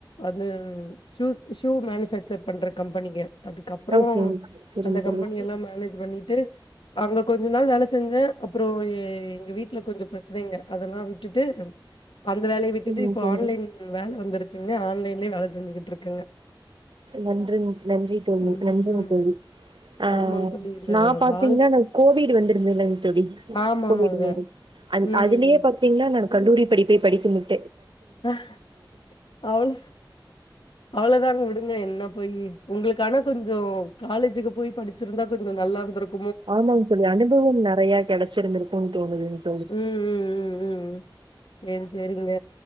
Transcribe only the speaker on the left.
வந்து உம் ஷூக் ஷூ மேனுஃபேக்சர் பண்றக் கம்பெனிங்க அதுக்கப்றோ
அந்த
கம்பெனியெல்லா மேனேஜ் பண்ணிட்டு அங்க கொஞ்ச நாள் வேல செஞ்சே அப்றோ எ எங்க வீட்ல கொஞ்ச பிரச்சனைங்க அதெல்லா விட்டுட்டு அந்த வேலைய விட்டுட்டு
இப்ப
ஆன்லைன் வேல வந்துருக் குங்க ஆன்லைன்லே வேல செஞ்சுக்கிட்ருக்கங்க
ம்
ம்
ஆமாங்க தோழி இந்த
வாழ்க்
ஆமா
ஆமாங்க
ம்
அஹ் அவ்ள அவ்ளோதாங்க விடுங்க என்ன போயி உங்களுக்கு ஆனா கொஞ்சோ காலேஜுக்கு போயி படிச்சிருந்தா கொஞ்ச நல்லா இருந்திருக்
ம் ம் ம் ம் சேரி சேரிங்க